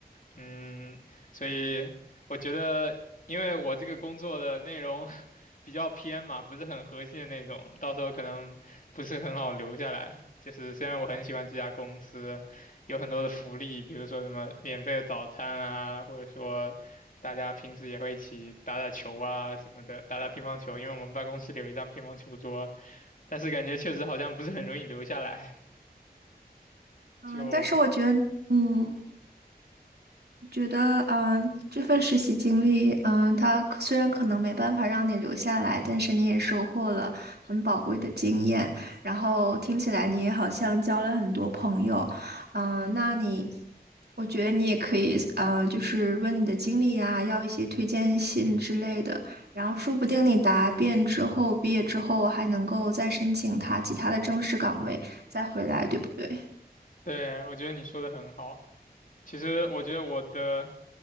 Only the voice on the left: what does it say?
嗯，所以我觉得，因为我这个工作的内容 <laughs> 比较偏嘛，不是很核心的那种，到时候可能不是很好留下来。就是虽然我很喜欢这家公司，有很多的福利，比如说什么免费的早餐啊，或者说大家平时也会一起打打球啊什么的，打打乒乓球，因为我们办公室里有一张乒乓球桌，但是感觉确实好像不是很容易留下来。
就，
对，我觉得你说的很好。其实我觉得我的。